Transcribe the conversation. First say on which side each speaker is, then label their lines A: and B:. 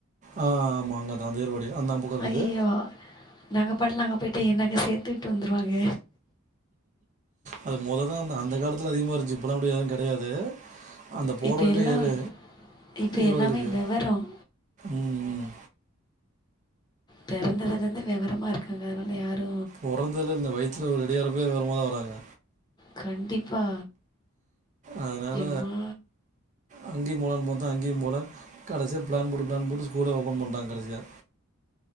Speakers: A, on the right; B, on the left.
A: ஆ ஆமா அங்கதா அந்த ஏர்வாடி அந்த பக்கம் இருக்குது
B: ஐயையோ நாங்க பாட்ல அங்க போய்டா என்ன அங்க சேர்த்து விட்டு வந்துருவாங்க
A: அது முததா அந்த அந்த காலத்துல அதிகமா இருச்சு இப்பல்லா அப்டி யாரு கிடையாது அந்த போர
B: இப்ப
A: வழில
B: எல்லாம்
A: ஏறு
B: இப்ப
A: ஏர்வடி
B: எல்லாமே
A: இருக்கு
B: விவரம்.
A: ம் ம்
B: பிறந்ததுல இருந்து விவரமா இருக்காக அதுனால யாரு
A: போறந்ததுலருந்து வயித்ல ரெடி ஆகுறப்பே வேறமார்தா வராங்க
B: கண்டிப்பா
A: அதனால
B: எம்மா!
A: அங்கயு போலனு பாத்த அங்கயு போல கடைசிய பிளான் போட்டு பிளான் போட்டு ஸ்கூலே ஓபன் பண்டாங்க கடசியா